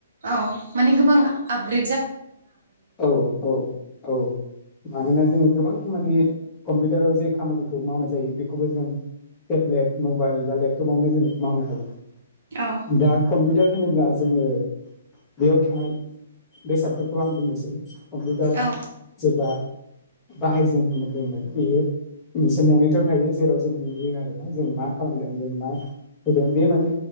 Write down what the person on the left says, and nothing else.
औ औ औ मानोना जोङो गोबां माने कम्पिउटाराव जे खामानिखौ मावनाय जायो बेखौबो जों टेब्लेट मबाइल बा लेपटपावनो जों मावनो हायो।
दार्क कम्पिउटार मानो होनोब्ला जोङो बेयाव थानाय बेसादफोरखौ आं बुंनोसै कम्पिउटारा
जेब्ला बाहायजेनदोंमोन बेयो मोनसे मनिटर थायो जेराव जों नुयो आरोना जों मा खालामदों जों मा होदों बे माने